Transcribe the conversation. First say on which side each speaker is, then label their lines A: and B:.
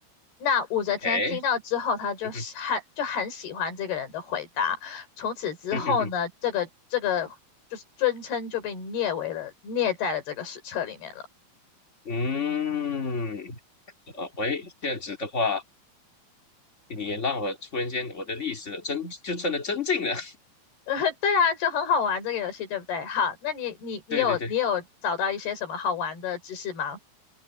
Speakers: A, on the left; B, on the left.
A: 那武则天听到之后，
B: 诶，
A: 她就是很就很喜欢这个人的回答。
B: 嗯哼，
A: 从此之后呢，
B: 嗯哼哼，
A: 这个这个就是尊称就被列为了列在了这个史册里面了。
B: 嗯，呃，喂，这样子的话。你也让我突然间，我的历史真就真的增进了。
A: <laughs> 对啊，就很好玩这个游戏，对不对？好，那你你你有你有找到一些什么好玩的知识吗？
B: 对对对，